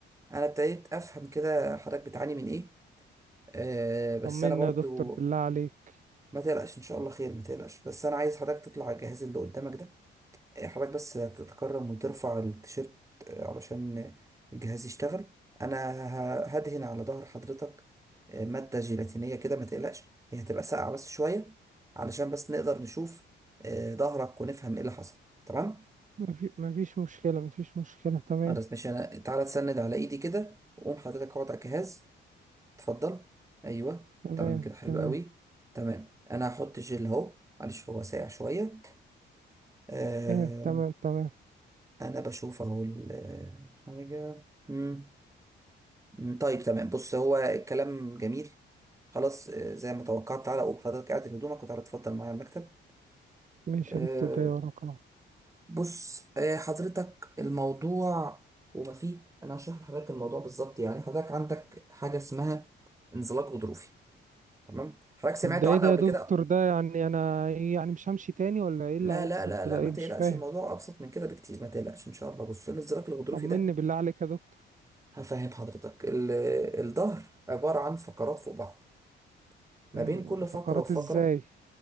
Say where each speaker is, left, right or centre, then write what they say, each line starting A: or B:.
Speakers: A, on the right; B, on the right.
A: انا ابتديت افهم كده حضرتك بتعاني من ايه آه بس
B: طمنا
A: انا برضو
B: يا دكتور بالله عليك
A: ما تقلقش ان شاء الله خير ما تقلقش بس انا عايز حضرتك تطلع على الجهاز اللي قدامك ده آه، حضرتك بس تتكرم وترفع التيشيرت آه علشان الجهاز يشتغل انا ه- هدهن على ظهر حضرتك آه مادة جيلاتينية كده ما تقلقش هي هتبقى ساقعة بس شوية علشان بس نقدر نشوف آه ظهرك ونفهم ايه اللي حصل تمام
B: مفي... مفيش مشكلة مفيش مشكلة تمام
A: خلاص ماشي انا تعالى تسند على ايدي كده وقوم حضرتك اقعد على الجهاز اتفضل ايوه
B: تمام
A: تمام كده حلو
B: تمام
A: قوي تمام انا هحط جل اهو معلش هو ساقع شويه آه
B: ايه تمام تمام
A: انا بشوف اهو ال- حاجه مم. مم، طيب تمام بص هو الكلام جميل خلاص آه، زي ما توقعت تعالى قوم حضرتك اعدل هدومك وتعالى اتفضل معايا على المكتب
B: ماشي
A: آه
B: يا دكتور جاي وراك اهو
A: بص آه حضرتك الموضوع وما فيه انا هشرح لحضرتك الموضوع بالظبط يعني حضرتك عندك حاجه اسمها انزلاق غضروفي تمام حضرتك سمعتوا
B: طب ده ايه
A: عنه
B: ده
A: قبل
B: يا دكتور
A: كده
B: ده يعني انا إيه يعني مش همشي تاني ولا ايه اللي
A: لا
B: هيحصل
A: لا لا
B: في
A: لا
B: ده ايه
A: ما تقلقش
B: مش فاهم
A: الموضوع ابسط من كده بكتير ما تقلقش ان شاء الله بص الانزلاق الغضروفي
B: طمني
A: ده
B: بالله عليك يا دكتور
A: هفهم حضرتك ال- الظهر عباره عن فقرات فوق بعض ما
B: امم
A: بين كل فقره
B: فقرات
A: وفقره
B: ازاي